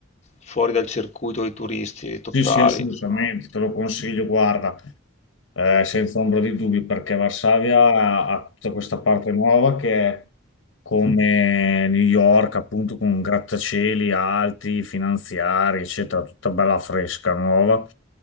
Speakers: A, on the left; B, on the left.
A: fuori dal circuito dei turisti totali,
B: sì, sì, assolutamente,
A: insomma.
B: te lo consiglio, guarda. Eh, senza ombra di dubbi, perché Varsavia ha, ha tutta questa parte nuova che è come New York, appunto, con grattacieli alti, finanziari, eccetera, tutta bella fresca, nuova.